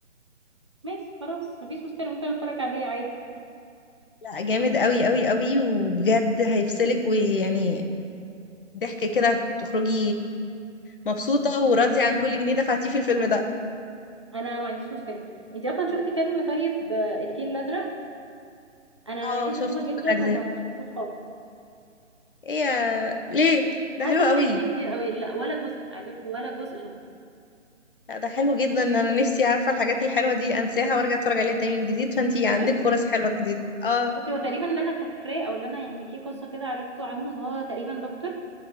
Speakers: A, on the right; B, on the left.
A: ماشي خلاص مفيش مشكله ممكن اتفرج عليه عادي
B: لا جامد قوي قوي قوي وبجد هيفصلك ويعني ضحك كده تخرجي مبسوطة وراضية عن كل جنيه دفعتيه في الفيلم ده
A: انا ما عنديش مشكله انت اصلا شفتي فيلم طيب آه، الفيل الازرق انا
B: اه
A: نفسي
B: شفت
A: اشوفه جدا
B: كل الأجزاء
A: وما شفتوش خالص
B: ايه يا- ليه
A: حاسه
B: ده حلو
A: ان
B: قوي
A: فايتني كتير قوي لا ولا جزء عايزه اقول لك ولا جزء شفته
B: لا ده حلو جدا انا نفسي عارفة الحاجات الحلوة دي انساها وارجع اتفرج عليها تاني من جديد فانتي
A: بجد
B: عندك فرص حلوة جديد اه
A: بصي هو تقريبا اللي انا فاكراه او اللي انا يعني في قصه كده عرفته عنه ان هو تقريبا دكتور